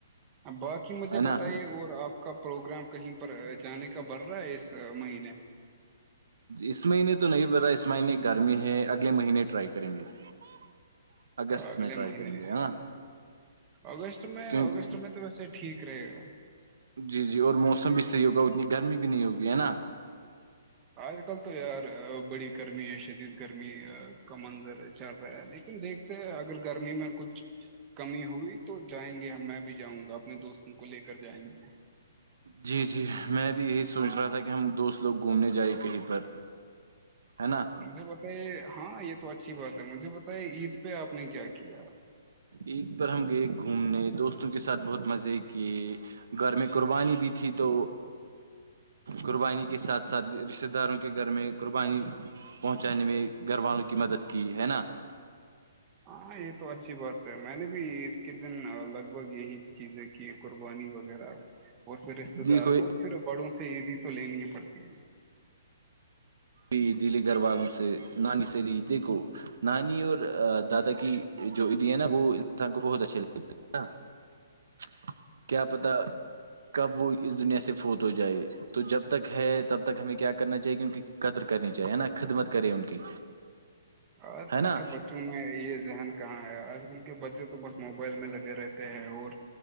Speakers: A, on the right; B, on the right.
A: باقی مجھے
B: ہے نا
A: بتائیے اور آپ کا پروگرام کہیں پر جانے کا بن رہا ہے اس مہینے
B: اس مہینے تو نہیں ب رہا اس مہینے گرمی ہے اگلے مہینے ٹرائی کریں گے <inaudible>
A: اگلے
B: میں ٹرائی
A: مہینے
B: کریں گے ہے نا
A: اگست میں
B: کیونکہ
A: اگست میں تو ویسے ٹھیک رہے گا
B: جی جی اور موسم بھی صحیح ہوگا اتنی گرمی بھی نہیں ہوگی ہے نا
A: آج کل تو یار بڑی گرمی ہے شدید گرمی کا منظر چل رہا ہے لیکن دیکھتے اگر گرمی میں کچھ کمی ہوئی تو جائیں گے میں بھی جاؤں گا اپنے دوستوں کو لے کر جائیں گے
B: جی جی میں بھی یہی سوچ رہا تھا کہ ہم دوست لوگ گھومنے جائیں کہیں پر ہے نا
A: مجھے بتائی ہاں یہ تو اچھی بات ہے مجھے بتے عید پہ آپ نے کیا کیا
B: ایک بار ہم گئے گھومنے دوستوں کے ساتھ بہت مزے کیے گھر میں قربانی بھی تھی تو قربانی کے ساتھ ساتھ ر رشتہ داروں کے گھر میں قربانی پہنچانے میں گھر والوں کی مدد کی ہے نا
A: ہاں یہ تو اچھی بات ہے میں نے بھی عید کے دن لگ بھگ یہی چیزیں کی قربانی وغیرہ اور پھر رشتتے
B: دیکھو
A: دار اور پھر بڑوں سے عیدی تو لینی ہی پڑتی ہے
B: پ دلی گھر والوں سے نانی سےلی دیکھو نانی اور دادا کی جو عیدی ہے نا وہ انسان کو بہت اچھے لگتے ہیں نا ہاں <inaudible> کیا پتا کب وہ اس دنیا سے فوت ہو جائے تو جب تک ہے تب تک ہمیں کیا کرنا چاہیے کہ ان کی قدر کرنی چاہیے نا خدمت کرے ان کی
A: آج
B: ہے
A: کل
B: نا
A: کے بچوں میں یہ ذہن کہاں ہے آج کل بچے تو بس موبائل میں لگے رہتے ہیں اور